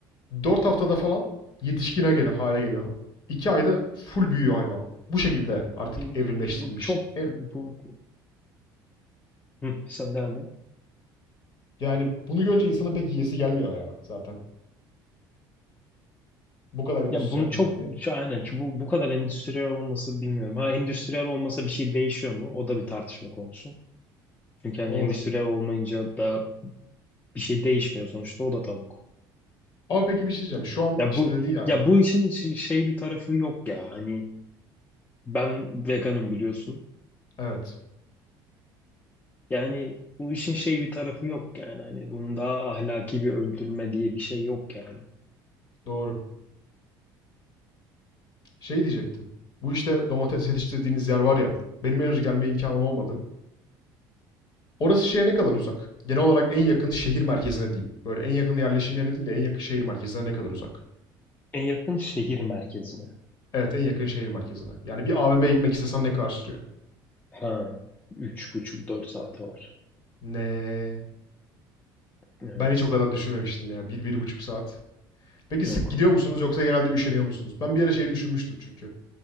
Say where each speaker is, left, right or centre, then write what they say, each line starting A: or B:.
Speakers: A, on the left; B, on the left.
A: 4 haftada falan yetişkine geliyor, hale geliyor. 2 ayda full büyüyor hayvan. Bu şekilde artık
B: in-
A: evrimleştirilmiş.
B: bu çok
A: E,
B: bu Hı, sen devam et.
A: Yani bunu görünce insanın pek yiyesi gelmiyor ya zaten. Bu kadar endüstriyel
B: Ya bunu çok
A: bir canlıya.
B: şu- aynen şu- bu bu kadar endüstriyel olması bilmiyorum. Ha endüstriyel olmasa bir şey değişiyor mu? O da bir tartışma konusu. Çünkü hani
A: Doğru.
B: endüstriyel olmayınca da bir şey değişmiyor sonuçta o da tavuk.
A: Ama peki bir şey diyeceğim. Şu an
B: Ya
A: işte
B: bu
A: dedin ya.
B: ya bu işin ş- şey bir tarafı yok ya. Hani ben veganım biliyorsun.
A: Evet.
B: Yani bu işin şey bir tarafı yok yani. Hani bunun daha ahlaki bir öldürme diye bir şey yok yani.
A: Doğru. Şey diyecektim. Bu işte domates yetiştirdiğiniz yer var ya. Benim henüz gelme imkanım olmadı. Orası şeye ne kadar uzak? Genel olarak en yakın şehir merkezine diyeyim. Böyle en yakın yerleşim yerine değil de en yakın şehir merkezine ne kadar uzak?
B: En yakın şehir merkezine.
A: Evet en yakın şehir merkezine. Yani bir A AVM'ye gitmek istesen ne kadar sürüyor?
B: Ha, üç buçuk dört saati var.
A: Ne?
B: Evet.
A: Ben hiç o kadar düşünmemiştim ya. Bir, bir buçuk saat. Peki
B: Yok.
A: sık gidiyor musunuz yoksa genelde üşeniyor musunuz? Ben bir ara şey düşünmüştüm çünkü.